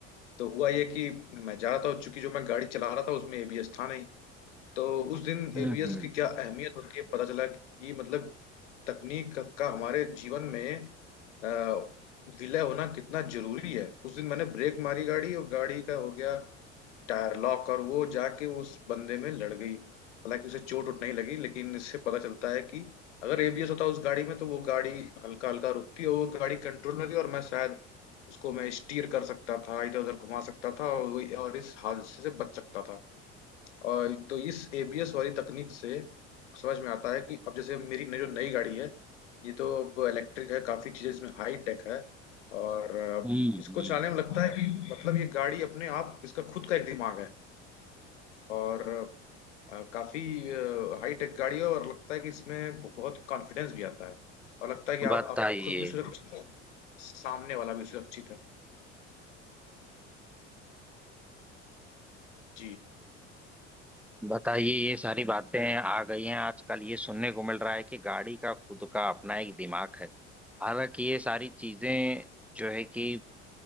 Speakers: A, on the left; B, in the centre.
A: तो हुआ ये कि मैं जा रहा था और चूंकि जो मैं गाड़ी चला रहा था उसमें एबीएस था नहीं तो उस दिन
B: हम्म
A: एबीएस
B: हम्म
A: की क्या अहमियत होती है पता चला कि मतलब तकनीक का हमारे जीवन में अ, विलय होना कितना जरूरी है उस दिन मैंने ब्रेक मारी गाड़ी और गाड़ी का हो गया टायर लॉक और वो जाके उस बंदे में लड़ गई हालांकि उसे चोट वोट नहीं लगी लेकिन इससे पता चलता है कि अगर एबीएस होता उस गाड़ी में तो वो गाड़ी हल्का हल्का रुकती और वो गाड़ी कंट्रोल में होती और मैं शायद उसको मैं स्टीयर कर सकता था इधर उधर घुमा सकता था और वो और इस हादसे से बच सकता था और तो इस एबीएस वाली तकनीक से समझ में आता है कि अब जैसे मेरी नई- जो नई गाड़ी है ये तो अब इलेक्ट्रिक है काफी चीजें इसमें हाई टेक है और अ,
B: हम्म,
A: इसको
B: हम्म।
A: चलाने में लगता है कि मतलब ये गाड़ी अपने आप इसका खुद का एक दिमाग है और अ, काफी हाई टेक गाड़ी है और लगता है कि इसमें बहुत कॉन्फिडेंस भी आता है और लगता है कि
B: बताइए
A: आप आप खुद भी सुरक्षित है सामने वाला भी सुरक्षित है जी
B: बताइए ये सारी बातें आ गई हैं आजकल ये सुनने को मिल रहा है कि गाड़ी का खुद का अपना एक दिमाग है हालांकि ये सारी चीजें जो है कि